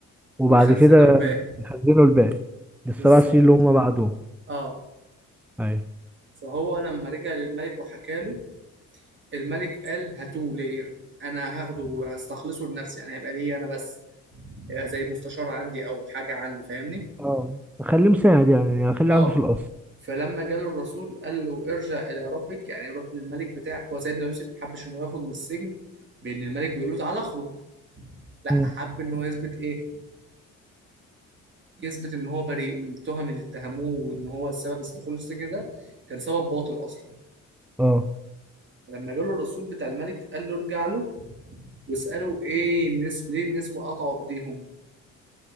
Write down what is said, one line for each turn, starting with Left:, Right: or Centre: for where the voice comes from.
Centre: وبعد
Right: ويخزنوا
Centre: كده
Right: الباقي
Centre: يخزنوا الباقي للسبع
Right: بالظبط
Centre: سنين اللي هم بعدهم
Right: اه
Centre: أيوة
Right: فهو لما رجع للملك وحكى له الملك قال هاتوه ليا انا هاخده هستخلصه لنفسي يعني هيبقى ليا انا بس يبقى زي مستشار عندي او حاجه عندي فاهمني
Centre: اه أخليه مساعد يعني يعني أخليه
Right: اه
Centre: عنده في القصر
Right: فلما جاله الرسول قال له ارجع الى ربك يعني روح للملك بتاعك هو سيدنا يوسف ما حبش انه يخرج من السجن بان الملك بيقول له تعالى اخرج لا
Centre: مم.
Right: حب ان هو يثبت ايه يثبت ان هو بريء من التهم اللي اتهموه وان هو السبب دخوله السجن ده كان سبب باطل اصلا
Centre: اه
Right: فلما جاله الرسول بتاع الملك قال له ارجع له واساله ايه الناس ليه النسوه قطعوا ايديهم